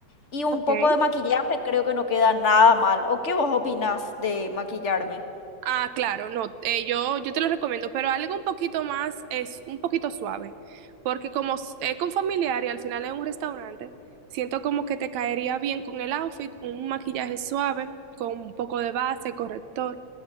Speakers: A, on the left; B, on the right.
A: Y un
B: Okay.
A: poco de maquillaje creo que no queda nada mal. ¿O qué vos opinás de maquillarme?
B: Ah, claro, no, eh, yo, yo te lo recomiendo, pero algo un poquito más es un poquito suave, porque como s- es con familiar y al final es un restaurante, siento como que te caería bien con el outfit, un maquillaje suave, con un poco de base, corrector,